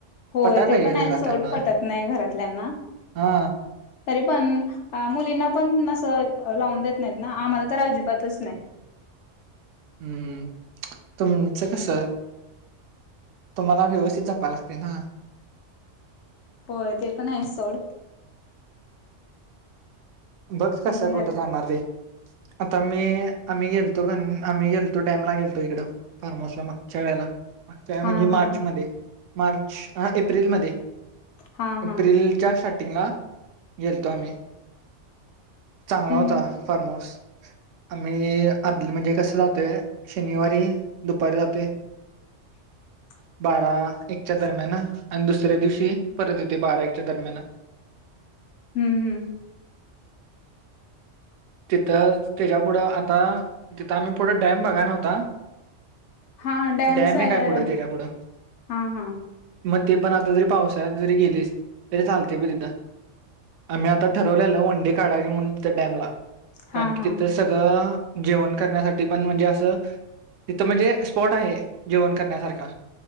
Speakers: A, on the left; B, on the right.
A: होय
B: पटाय पाहिजे
A: ते पण हाय
B: घरातल्यांना
A: सोड पटत नाही घरातल्यांना.
B: हा
A: तरी पण अ मुलींना पण नस लावून देत नाहीत ना आम्हाला तर अजिबातच नाही.
B: हम्म तुमचं कस? तुम्हाला व्यवस्थित जपाय लागतय ना?
A: होय ते पण आहे सोड
B: बघ कासा
A: बघूया
B: <unintelligible>
A: आता
B: जाणार रे आता मी आम्ही गेलतो घण आम्ही गेलतो डॅमला गेलतो इकडं फार्माऊस ला मागच्या वेळे मागच्या वेळी
A: हा
B: म्हणजे
A: हा
B: मार्च मध्ये मार्च हा एप्रिलमध्ये
A: हा हा
B: एप्रिलच्या
A: हम्म
B: स्टार्टिंगला गेलतो आम्ही. चांगला होता
A: हम्म
B: फार्माऊस आम्ही आ त म्हणजे कस जातय शनिवारी दुपारी जातय.
A: <inaudible>
B: बारा एकच्या दरम्यानअ आणि दुसऱ्या दिवशी परत येते बारा एकच्या दरम्यानअ.
A: हम्म हम्म
B: तिथं त्याच्या पुुढं आता तिथं आम्ही पुढे डॅम बघाय नव्हता.
A: हा डॅम्स
B: डॅम
A: आहे
B: एक हाय पुढं त्याच्या पुुढं.
A: हा हा
B: मग ते पण आता जरी पावसाळ्यात जरी गेलीस तरी चालतंय बघ तिथ. आम्ही आता ठरवलेलं वन डे काढायची म्हणून तिथ डॅमला
A: हा
B: कारण की
A: हा
B: तिथं सगळं. जेवण करण्यासाठी पण म्हणजे असं, तिथं म्हणजे स्पॉट आहे जेवण करण्यासारखा.